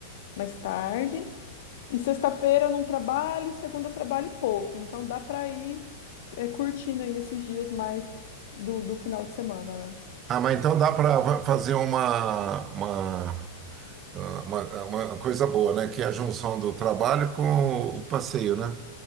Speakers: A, on the left (about 55°); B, on the right (about 30°).
A: mais tarde. E sexta-feira eu não trabalho, e segunda eu trabalho pouco. Então dá para ir é, curtindo aí esses dias mais do, do final de semana, né?
B: Ah, mas então dá para fazer uma, uma, uma, uma coisa boa, né? Que é a junção do trabalho com o passeio, né?